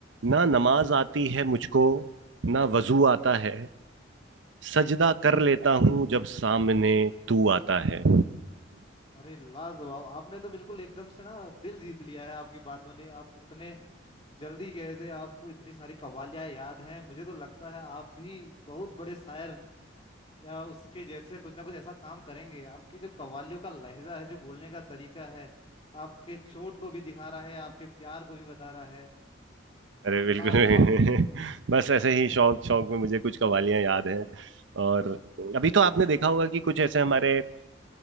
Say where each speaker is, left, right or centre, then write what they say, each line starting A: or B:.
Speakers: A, on the right; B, on the left.
A: ना नमाज आती है मुझको ना वजू आता है सजदा कर लेता हूँ जब सामने तू आता है
B: अरे लाजवाब आपने तो बिल्कुल एकदम से ना दिल जीत लिया है आपकी बातों ने आप इतने जल्दी गए थे आपको इतनी सारी कव्वालियां याद हैं मुझे तो लगता है आप भी बहुत बड़े शायर या उसके जैसे कुछ ना कुछ ऐसा काम करेंगे आपकी जो कव्वालियों का लहजा है जो बोलने का तरीका है आपके चोट को भी दिखा रहा है आपके प्यार को भी बता रहा है
A: अरे बिल्कुल
B: लाजवाब
A: नहीं। <laughs> बस ऐसे ही शौक शौक में मुझे कुछ कवालियां याद हैं और अभी तो आपने देखा होगा कि कुछ ऐसे हमारे अ,